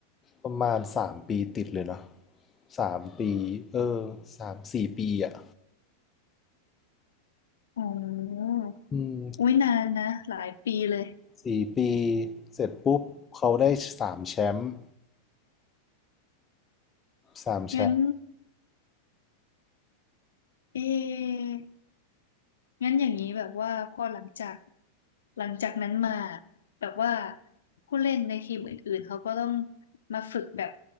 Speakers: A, on the left; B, on the left.
A: ประมาณสามปีติดเลยเนอะสามปีเออสามสี่ปีอ่ะ
B: อ๋อ
A: อืม
B: อุ้ยนานนะหลายปีเลย
A: สี่ปีเสร็จปุ๊บเขาได้สามแชมป์สามแชมป์
B: งั้นเองั้นอย่างนี้แบบว่าพอหลังจากหลังจากนั้นมาแบบว่าผู้เล่นในทีมอื่นๆเขาก็ต้องมาฝึกแบบ